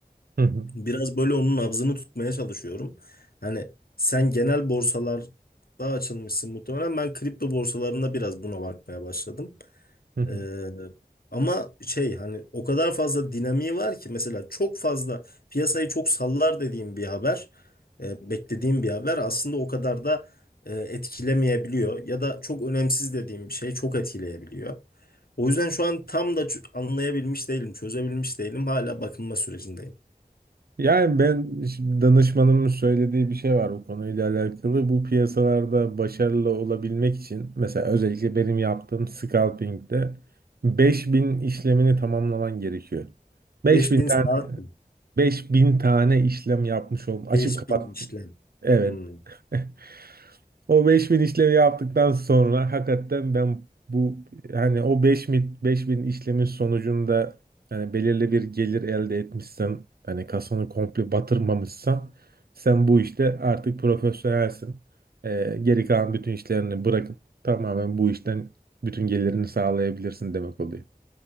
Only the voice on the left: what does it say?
Biraz böyle onun nabzını tutmaya çalışıyorum. Hani sen genel borsalarda açılmışsın muhtemelen. Ben kripto borsalarında biraz buna bakmaya başladım.
Ee, ama şey hani o kadar fazla dinamiği var ki mesela çok fazla piyasayı çok sallar dediğim bir haber, e, beklediğim bir haber aslında o kadar da e, etkilemeyebiliyor ya da çok önemsiz dediğim bir şey çok etkileyebiliyor. O yüzden şu an tam da ç- anlayabilmiş değilim, çözebilmiş değilim. Hala bakınma sürecindeyim.
5000
saat mi?
5000
işlem.
Hmm.